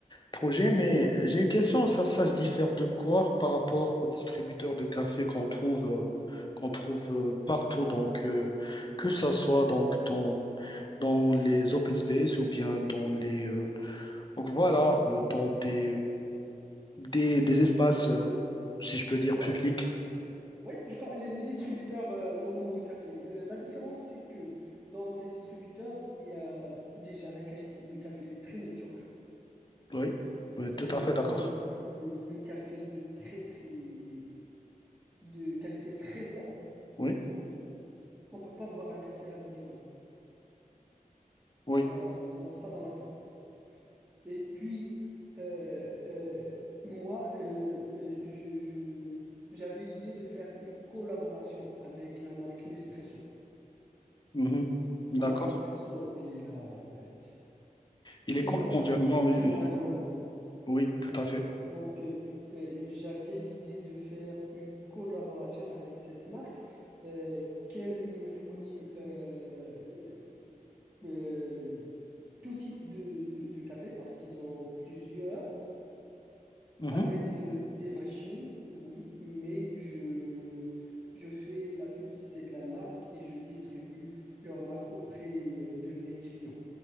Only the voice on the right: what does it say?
Oui,
oui, je crois- les, les distributeurs euh, normaux de café. Euh, la différence, c'est que dans ces distributeurs, il y a déjà la qualité de café, elle est très médiocre.
Ils
mettent
le, le- le- le café de très très de qualité très bas.
On peut pas boire un café à 2 dirhams.
Ça, ça rentre pas dans la tête. Et puis, euh, euh, moi, euh, euh, je, je- j'avais l'idée de faire une collaboration avec la marque Nespresso.
La marque Nespresso, il est la, la- le
numéro
un,
numéro un dans le monde.
Donc, euh, euh, j'avais l'idée de faire une collaboration avec cette marque euh, qu'elle me fournit euh, euh, tout type de, de de café parce qu'ils ont plusieurs.
Avec euh, des machines, oui, mais je, je fais la publicité de la marque et je distribue leur marque auprès euh, de mes clients.